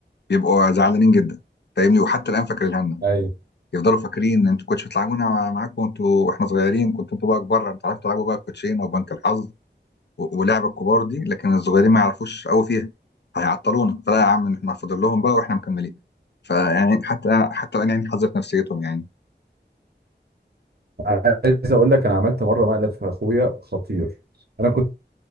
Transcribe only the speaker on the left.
بيبقوا زعلانين جدا فاهمني وحتى الان فاكرينها لنا
يفضلوا فاكرين انتوا كنتش بتلعبونا معاكم انتوا واحنا صغيرين كنتوا انتوا بقى كبار بتعرفوا تلعبوا بقى الكوتشينه وبنك الحظ و- ولعب الكبار دي لكن الصغيرين ما يعرفوش قوي فيها هيعطلونا فلا يا عم احنا فاضل لهم بقى واحنا مكملين فيعني حتى الان حتى الان يعني حظ في نفسيتهم يعني